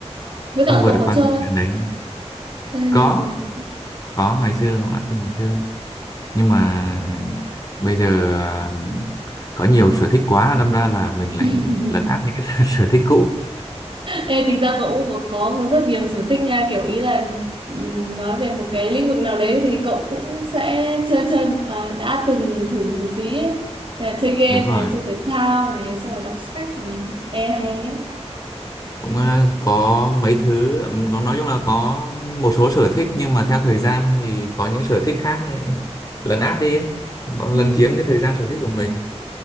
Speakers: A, on the right; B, on the left.
A: với cả
B: Không vượt
A: cậu
B: được
A: có
B: qua
A: chơi
B: thời
A: không?
B: gian đấy.
A: chơi
B: Có,
A: nhạc
B: có ngày xưa cũng đã từng chơi. nhưng mà bây giờ à, có nhiều sở thích quá đâm ra là mình lại
A: <laughs>
B: lấn át những cái <laughs> sở thích cũ
A: Ê, tính ra cậu cũng có, có rất nhiều sở thích nha kiểu ý là ừm, nói về một cái lĩnh vực nào đấy thì cậu cũng sẽ chơi chơi à, đã từng thử một tí ấy. Là chơi game
B: đúng rồi
A: này chơi thể thao này xong rồi đọc sách này Ê hay ấy
B: cũng à, có mấy thứ ừm, có nói chung là có một số sở thích nhưng mà theo thời gian thì có những sở thích khác này lấn át đi ấy. nó
A: ừ.
B: lấn chiếm cái thời gian sở thích của mình